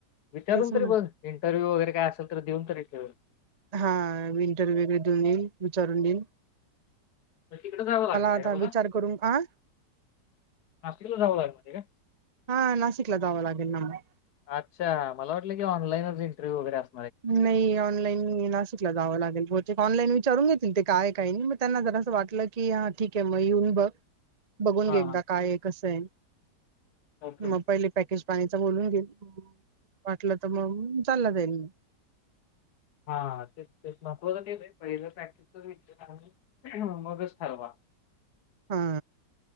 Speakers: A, on the left (about 65°); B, on the right (about 30°).
A: विचारून
B: तेच म्हण
A: तरी बघ. इंटरव्हू वगैरे काय असल तर, देऊन तरी ठेव.
B: हा इंटरव्ह देऊन येईन विचारून देईन.
A: मग तिकडं जावं लागणार आहे
B: आता
A: का तूला?
B: विचार करून आ
A: नाशिक ला जावं लागतेय का?
B: हा. नाशिकला जावा लागेल ना मला.
A: अच्छ! मला वाटलं की ऑनलाईनच इंटरव्ह्यू वगैरे अस
B: नाही ऑनलाईन ना त जाव लागेल ऑनलाईन विचारून घेतील ते काय काही नाही मग त्यांना जरा असं वाटलं की ह ठीक आहे मग येऊन बघ.
A: <unintelligible>
B: बघून घे एकदा
A: हा
B: काय आहे? कस आहे
A: ओके
B: मग पहिले पॅकेज पाणीचा बोलून घे वाटलं तर मग चालला जाईल म
A: हा ते तेच महत्त्वाचं तेच आहे पहिलं पॅकेज व मगच ठरवा.
B: हा.